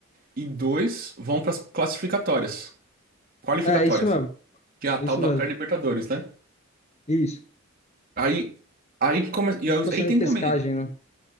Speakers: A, on the right (about 40°); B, on the left (about 30°).
A: e dois vão para as classificatórias, qualificatórias,
B: É, isso mesmo.
A: que é a tal
B: é Isso
A: da
B: mesmo.
A: pré-Libertadores, né?
B: Isso.
A: Aí, aí que começa,
B: Como
A: e aí
B: se fosse a
A: tem
B: repescagem,
A: também,
B: né?